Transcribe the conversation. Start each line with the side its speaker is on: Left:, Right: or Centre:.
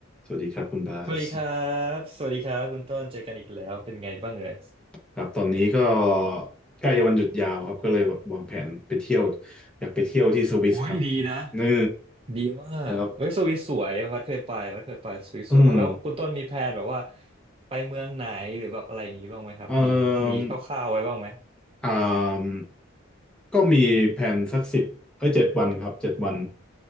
Centre: สวัสดีครับคุณบาส
Right: สวัสดีครับ สวัสดีครับคุณต้นเจอกันอีกแล้ว เป็นไงบ้างเอ่ย
Centre: ครับตอนนี้ก็ใกล้จะวันหยุดยาวครับก็เลยแบบวางแผนไปเที่ยวอยากไปเที่ยวที่สวิสครับ
Right: โอ้ยดีนะ
Centre: นี่
Right: ดีมากเอ้ยสวิสสวยวัดเคยไปวัดเคยไปสวิสสวยมากแล้วคุณต้นมีแพลนแบบว่า
Centre: ครับอืม
Right: ไปเมืองไหนหรือแบบอะไรอย่างนี้บ้างไหมครับมีมีคร่าวๆไว้บ้างไหม
Centre: เอ่มอ่ามก็มีแผนสักสิบเอ้ยเจ็ดวันครับเจ็ดวัน